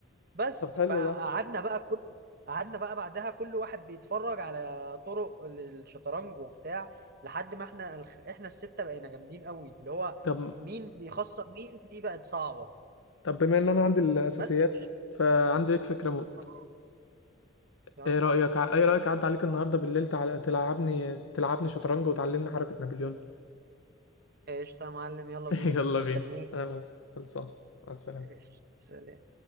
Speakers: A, on the right; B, on the left.
A: بس
B: طب حلو
A: فقعدنا
B: ده
A: بقى كل قعدنا بقى بعدها كل واحد بيتفرج على طرق الشطرنج وبتاع لحد ما احنا الخ- احنا الستة بقينا جامدين قوي اللي هو
B: طب
A: مين بيخسر مين دي بقت صعبة
B: طب بما ان انا عندي الاساسيات
A: بس في الش...
B: فعندي لك فكره موت
A: آه، يلا
B: ايه رايك ع- ايه رايك اعدي عليك النهارده بالليل تع... تلعبني تلعبني شطرنج وتعلمني حركه نابليون
A: قشطة يا معلم يلا
B: <laughs>
A: بينا
B: يلا
A: مستنيك
B: بينا انا موافق. خلصان مع السلامه
A: قشطة سلام.